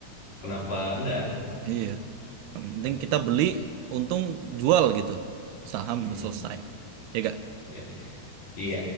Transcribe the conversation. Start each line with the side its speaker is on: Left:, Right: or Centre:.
Left: kenapa enggak?
Right: iya, yang penting
Left: Ya.
Right: kita beli untung jual gitu. Saham
Left: Hmm,
Right: selesai. Ya enggak?
Left: ya. Iya,